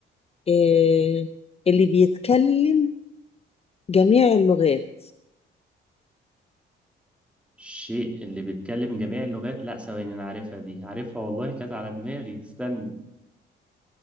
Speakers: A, on the left; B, in the centre.
A: إيه... اللي بيتكلم جميع اللغات
B: الشيء اللي بيتكلم جميع اللغات لا ثواني أنا عارفها دي عارفها والله كانت على دماغي استني